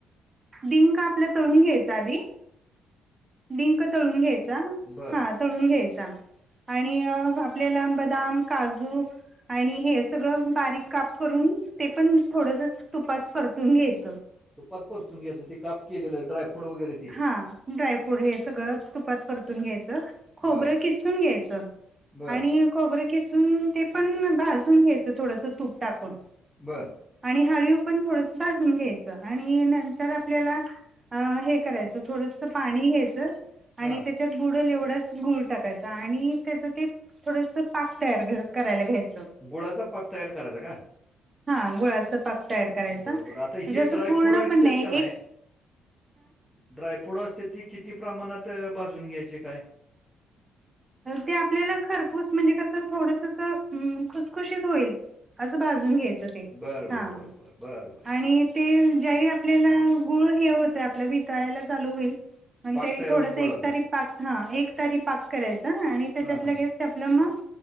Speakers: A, on the right; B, in the centre.
A: डिंक आपला तळून घ्यायचा आधी. डिंक तळून घ्यायचा.
B: बर
A: हा तळून घ्यायचा. आणि आपल्याला बदाम, काजू आणि हे सगळं बारीक काप करून, ते पण थोडस तुपात परतून घ्यायचं.
B: तुपात परतून घ्यायच? ते काप केलेलं ड्रायफ्रूट वगैरे? ते
A: हा ड्रायफ्रूट हे सगळं तुपात परतून घ्यायचं. खोबरं
B: बर
A: किसून घ्यायचं.
B: बर
A: आणि खोबरं किसून ते पण भाजून घ्यायचं थोडस. तूप टाकून.
B: बरं.
A: आणि हाळीव पण थोडस भाजून घ्यायचं. आणि नंतर आपल्याला हे करायच. थोडस पाणी घ्यायच. आणि
B: हा
A: ते त्याच्यात बुडल एवढाच गुळ टाकायचा. आणि त्याच ते थोडस पाक तयार करायला घ्यायच.
B: गुळाचा पाक तयार करायचा का?
A: हा गुळाच पाक करायचा.
B: बर
A: म्हणजे
B: बर आता हे
A: अस
B: ड्रायफ्रूट
A: पूर्ण
B: असतात
A: पण नाही.
B: का
A: एक
B: ड्रायफ्रूट असतेत ती किती प्रमाणात भाजून घ्यायचे काय?
A: ते आपल्याला खरपूस, म्हणजे कसं थोडस खुसखुशीत होईल असं भाजून घ्यायचं ते.
B: बर
A: हा.
B: बर बर बर बर बर
A: आणि ते ज्यावेळी आपल्याला गुळ हे होत आपला. वितळायला चालू होईल. आणि
B: पाक
A: त्या वेळी
B: तयार
A: थोडस
B: होईल
A: एक
B: गुळाचा
A: तारी पाक ह. एक तारी पाक करायच. आणि त्याच्यात
B: हा
A: लगेच
B: हा
A: त आपलं म